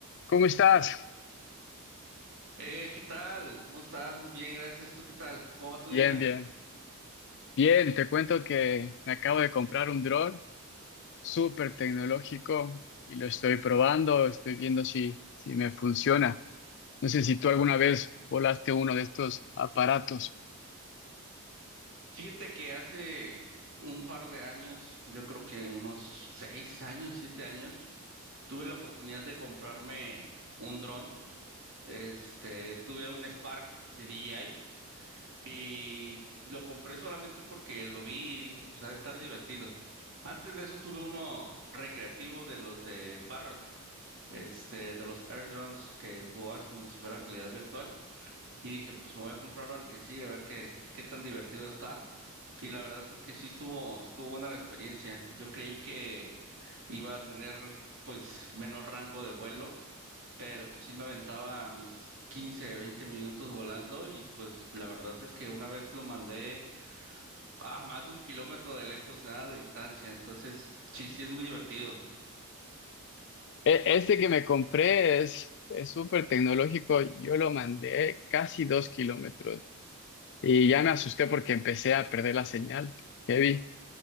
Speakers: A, on the left; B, on the right.
A: ¿Cómo estás?
B: Eh, ¿qué tal? ¿Cómo estás? Muy bien, gracias. ¿Tú qué tal? ¿Cómo va tu
A: Bien,
B: día?
A: bien. Bien, te cuento que me acabo de comprar un dron súper tecnológico y lo estoy probando, estoy viendo si, si me funciona. No sé si tú alguna vez volaste uno de estos aparatos.
B: Fíjate que hace un par de años, yo creo que unos seis años, siete años, tuve la oportunidad de comprarme un dron. Este, tuve un Spark de DJI y lo compré solamente porque lo vi y dije, pues ha de estar divertido. Antes de eso tuve uno recreativo de los de Parrot, este, de los Air Drones que jugabas como si fuera realidad virtual. y dije, pues me voy a comprar al que sí, a ver qué, qué tan divertido está. Y la verdad es que sí estuvo, estuvo buena la experiencia. Yo creí que iba a tener pues menor rango de vuelo, pero pues sí me aventaba mis 15 20 minutos volando y pues la verdad es que una vez lo mandé a más de un kilómetro de lejos, ah, de distancia. Entonces, sí, sí es muy divertido.
A: E- Este que me compré es es súper tecnológico, yo lo mandé casi dos kilómetros y ya me asusté porque empecé a perder la señal, heavy.